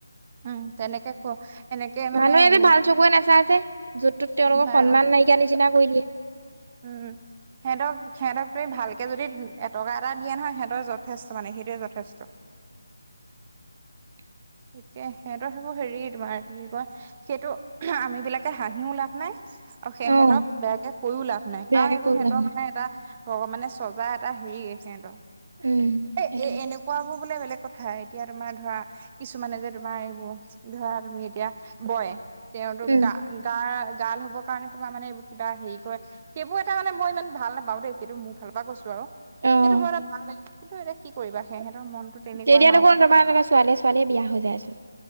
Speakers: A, on the right (about 20°); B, on the right (about 50°).
A: উম, তেনেকে ক। এনেকে মানে
B: মানুহে এ
A: উম
B: যে ভাল চকুৰে নাচাইছে য'ত তত তেওঁলোকক
A: চাই
B: সন্মান
A: অ
B: নাইকিয়া নিচিনা কৰি দিয়ে। <unintelligible>
A: উম, সিহঁতক-সিহঁতক তু ভালকে যদি এটকা এটা দিয়া নহয় সিহঁতৰ যথেষ্ট। মানে সেইটোৱে যথেষ্ট।
B: <unintelligible>
A: এতিয়া সিহঁতৰ সেইবোৰ হেৰি তোমাৰ কি কয় সেইটো আমি বিলাকে হাঁহিও লাভ নাই আৰু সিহঁতক
B: অ',
A: বেয়াকে কৈও লাভ নাই
B: বেয়াকে
A: কাৰণ এইটো
B: কৈ
A: সিহঁতৰ
B: লাভ নাই
A: মানে এটা ভগৱানে চজা এটা হেৰি আছে সিহঁতৰ
B: উম,
A: এই-এই
B: সেইটোয়ে
A: এনেকুৱাবোৰ বোলে বেলেগ কথা এতিয়া তোমাৰ ধৰা কিছুমানে যে তোমাৰ এইবোৰ ধৰা তুমি এতিয়া বয় তেওঁতো
B: উম,
A: গা-গা গাৰ্ল হ'বৰ কাৰণে তোমাৰ মানে এইবোৰ কিবা হেৰি কৰে সেইবোৰ এটা মানে মই ইমান ভাল নাপাওঁ দেই সেইটো মোৰ ফালৰ পৰা কৈছোঁ আৰু
B: অ',
A: সেইটো বোৰ এটা ভাল নেদেখোঁ কিন্তু এতিয়া কি কৰিবা সিহঁতৰ মনটো তেনেকুৱা
B: তেতিয়া
A: ন
B: দেখোন তোমাৰ এনেকা ছোৱালীয়ে-ছোৱালীয়ে বিয়া হৈ যায়চোন।